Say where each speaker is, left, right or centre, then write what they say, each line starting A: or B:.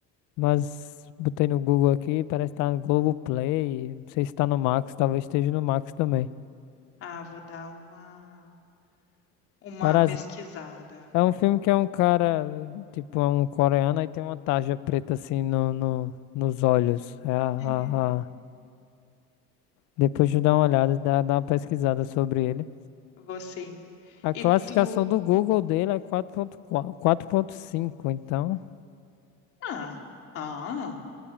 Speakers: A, on the left; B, on the left.
A: mas botei no Google aqui, parece que tá no Globoplay. Não sei se tá no Max, talvez esteja no Max também.
B: Ah, vou dar uma uma
A: Parasita.
B: pesquisada.
A: É um filme que é um cara, tipo, é um coreano e tem uma tarja preta assim no, no- nos olhos. É a, a-
B: Uhum.
A: a- Depois de dar uma olhada, dá, dá uma pesquisada sobre ele.
B: Vou sim.
A: A
B: E
A: classificação
B: tu?
A: do Google dele é quatro ponto quatro ponto ponto cinco então.
B: Ah, ah,